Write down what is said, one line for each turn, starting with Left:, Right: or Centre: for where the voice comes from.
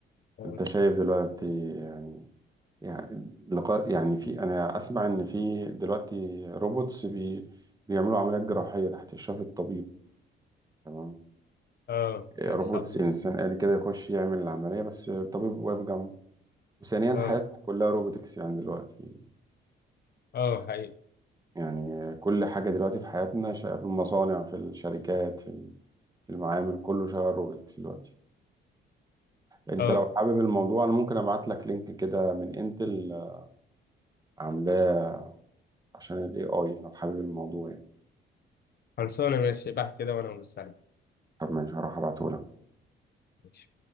Left: اه
Right: انت شايف دلوقتي يعني يعني لقاء يعني في انا اسمع ان في دلوقتي روبوتس بي... بيعملوا عمليات جراحية تحت اشراف الطبيب تمام
Left: آه،
Right: إيه،
Left: لا،
Right: روبوتس
Left: صعب أوي.
Right: انسان آلي كده يخش يعمل العملية بس الطبيب واقف جنبه وثانيا
Left: اه
Right: حياتنا كلها روبوتكس يعني دلوقتي
Left: اه حقيقي
Right: يعني كل حاجة دلوقتي في حياتنا شا- في المصانع في الشركات في ال- في المعامل كله شغال روبوتكس دلوقتي انت
Left: اه
Right: لو حابب الموضوع انا ممكن ابعت لك لينك كده من انتل آه، عاملاه عشان الاي اي لو حابب الموضوع يعني
Left: خلصانه ماشي بقى كده وانا ببص عليك
Right: طب ماشي هروح ابعته لك
Left: ماشي